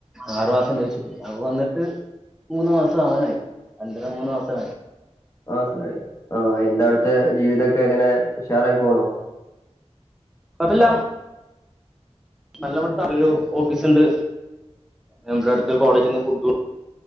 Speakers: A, in the centre; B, on the left.
A: ആറു മാസം ഇൻ്റെൻഷിപ്പ് ഞാൻ വന്നിട്ട് മൂന്നു മാസം അവാനായി രണ്ടര മൂന്നു മാസം
B: ആ സ ആഹ് എന്ത അവിടത്തെ ജീവിതമൊക്കെ എങ്ങനെ ഉഷാറായി പോണോ
A: കുഴപ്പല്ല നല്ലമത്താണ് ഒരു ഓഫീസ് ഉണ്ട് നമ്മുടെ അടുത്ത് കോളേജിൽ നിന്ന് ഫുഡ്